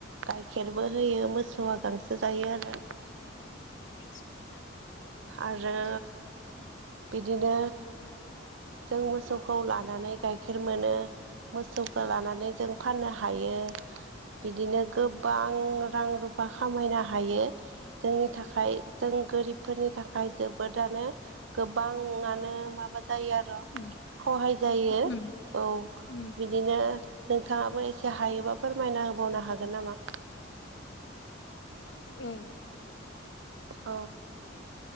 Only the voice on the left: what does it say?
<inaudible> <inaudible>
उम
उम
उम
औ